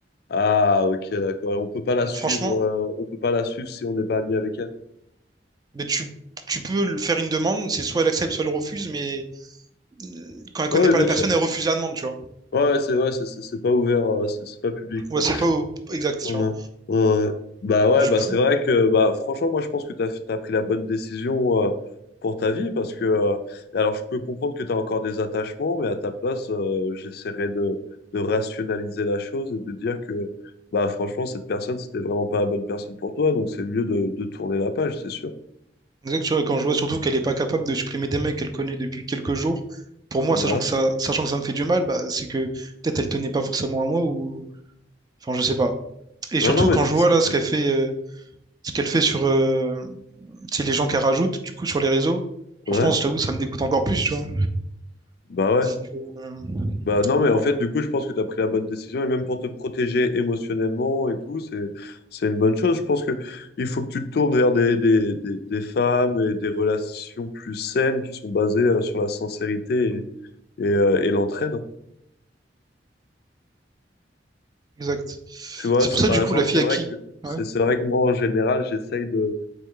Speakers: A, on the left; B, on the right.
A: Ah, ok, d'accord. Et On peut pas la
B: Donc
A: suivre,
B: franchement,
A: euh, on peut pas la suivre si on n'est pas ami avec elle.
B: mais tu, tu peux le- faire une demande, c'est soit elle accepte, soit elle refuse, mais euh, quand elle connaît
A: Oui,
B: pas
A: bien
B: la personne,
A: sûr.
B: elle refuse la demande, tu vois.
A: Ouais, c'est ouais, c'est c'est- c'est pas ouvert, euh, c'est c'est pas public,
B: Ouais,
A: quoi.
B: c'est pas au- exact,
A: Ouais,
B: tu vois.
A: ouais. Bah ouais,
B: Du
A: bah
B: coup,
A: c'est vrai que bah franchement, moi je pense que t'as t'as pris la bonne décision euh, pour ta vie parce que euh, alors je peux comprendre que t'as encore des attachements, mais à ta place, euh, j'essaierais de de rationaliser la chose et de dire que bah franchement cette personne c'était vraiment pas la bonne personne pour toi, donc c'est mieux de de tourner la page, c'est sûr.
B: exact, tu vois, quand je vois surtout qu'elle est pas capable de supprimer des mecs qu'elle connaît depuis quelques jours, pour moi,
A: Bah
B: sachant
A: ouais.
B: que ça, sachant que ça me fait du mal, bah, c'est que peut-être elle tenait pas forcément à moi ou, enfin, je sais pas. Et surtout
A: Ouais, non mais
B: quand
A: c'est
B: je vois
A: c'est-
B: là ce qu'elle fait, euh, ce qu'elle fait sur, euh, tu sais, les gens qu'elle rajoute, du coup, sur les réseaux, franchement,
A: ouais,
B: je t'avoue, ça me dégoûte encore plus, tu vois.
A: bah ouais.
B: Donc, euh,
A: Bah non,
B: donc
A: mais en
B: voilà.
A: fait, du coup, je pense que tu as pris la bonne décision, et même pour te protéger émotionnellement et tout, c'est, c'est une bonne chose. Je pense que il faut que tu te tournes vers des, des, des, des femmes et des relations plus saines qui sont basées euh, sur la sincérité et, et, euh, et l'entraide.
B: Exact.
A: Tu vois,
B: C'est
A: c'est
B: pour ça,
A: par
B: du
A: exemple,
B: coup, la fille
A: c'est
B: à
A: vrai
B: qui?
A: que, c'est,
B: Ouais.
A: c'est vrai que moi, en général, j'essaye de,